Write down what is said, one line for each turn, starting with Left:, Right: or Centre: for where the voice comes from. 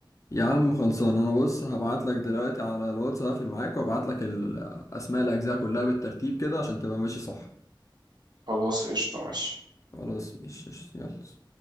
Left: يا عم خلصان انا بص هبعت لك دلوقتي على الواتس هقفل معاك وابعت لك اسماء الاجزاء كلها بالترتيب كده عشان تبقى ماشي صح
Right: خلاص قشطه ماشي
Left: خلاص مش يلا